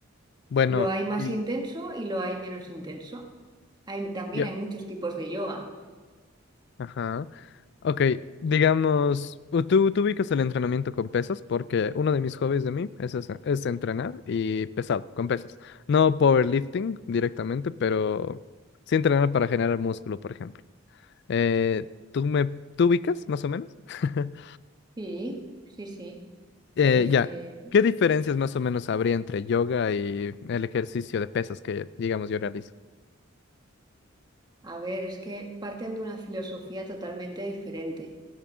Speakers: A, on the left; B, on the right.
A: bueno,
B: Lo hay más
A: y,
B: intenso y lo hay menos intenso. Hay, también
A: ya,
B: hay muchos tipos de yoga.
A: Ajá. Ok, digamos, u- tú, tú ubicas el entrenamiento con pesas porque uno de mis hobbies de mí es, ese- es entrenar y pesado, con pesas. No powerlifting directamente, pero sí entrenar para generar músculo, por ejemplo. Eh, ¿tú me, tú ubicas más o menos? <laughs>
B: Sí, sí, sí.
A: Eh,
B: Eh,
A: ya, ¿qué diferencias más o menos habría entre yoga y el ejercicio de pesas que, digamos, yo realizo?
B: a ver, es que parten de una filosofía totalmente diferente,